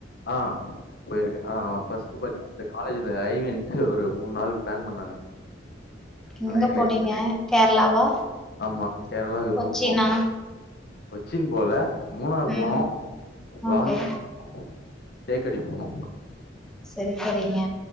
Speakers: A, on the left; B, in the centre.
A: ஆ போய்ருக்கே ஆ ஃபர்ஸ்ட் பாத்தீங்ன்னா அந்த காலேஜ்ல ஐ வி ன்ட்டு ஒரு மூணு நாள் ப்ளான் பண்ணாங்க ஆனா
B: எங்க
A: எங்கள
B: போனீங்க?
A: எந்த
B: கேரளாவா?
A: <inaudible> ஆமா கேரளாக்கு
B: கொச்சினா?
A: தா போனோ கொச்சின் போல மூணார்
B: ம்.
A: போனோ
B: ஓகே.
A: வாகமான் தேக்கடி போனோ
B: செரி செரிங்க